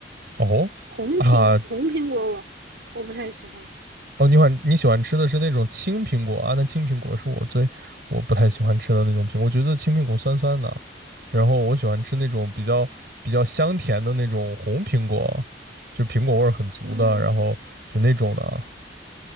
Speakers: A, on the right; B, on the right.
A: 哦，
B: 红苹红苹果我我不太喜欢。
A: 啊，哦，你喜欢你喜欢吃的是那种青苹果啊？那青苹果是我最我不太喜欢吃的那种苹果，我觉得青苹果酸酸的。然后我喜欢吃那种比较比较香甜的那种红苹果，就苹果味儿很足的，
B: 嗯，
A: 然后就那种的啊